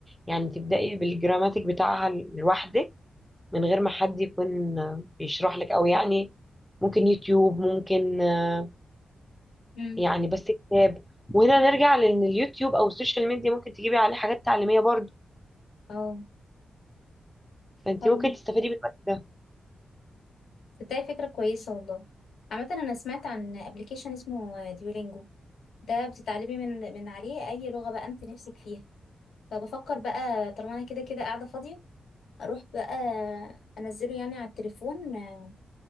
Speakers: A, in the centre; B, on the left.
A: يعني تبداي بالجراماتيك بتاعها لوحدك من غير ما حد يكون آه، بيشرح لك او يعني ممكن يوتيوب ممكن آه،
B: امم
A: يعني بس كتاب وهنا نرجع لان اليوتيوب او السوشيال ميديا ممكن تجيبي عليه حاجات تعليميه برضه
B: اه
A: فانت
B: حلو
A: ممكن تستفيدي من الوقت ده
B: تصدقي فكره كويسه والله عامه انا سمعت عن ابلكيشن اسمه ديولينجو ده بتتعلمي من من عليه اي لغه بقى انت نفسك فيها فبفكر بقى طالما انا كده كده قاعده فاضيه اروح بقى انزله يعني على التليفون آه،